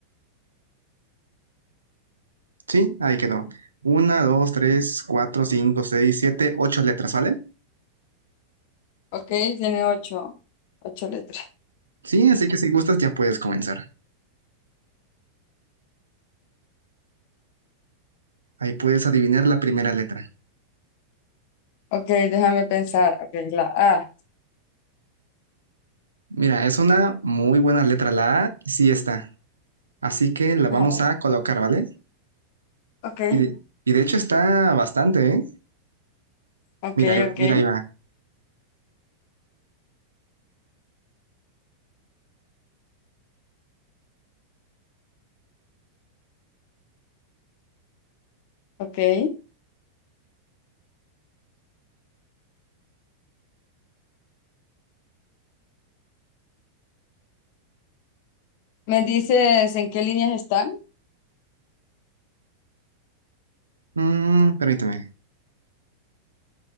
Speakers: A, on the right; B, on the left.
A: Sí, ahí quedó. Una, dos, tres, cuatro, cinco, seis, siete, ocho letras, ¿vale?
B: Ok, tiene ocho, ocho letras.
A: Sí, así que si gustas ya puedes comenzar. Ahí puedes adivinar la primera letra.
B: Ok, déjame pensar. Ok, la A.
A: Mira, es una muy buena letra, la A, sí está. Así que la vamos
B: Ajá.
A: a colocar, ¿vale?
B: Ok,
A: Y de, y de hecho está bastante, ¿eh?
B: ok,
A: Mira, ahí-
B: ok,
A: mira, ahí va.
B: ok. ¿Me dices en qué líneas están?
A: Mm, permíteme.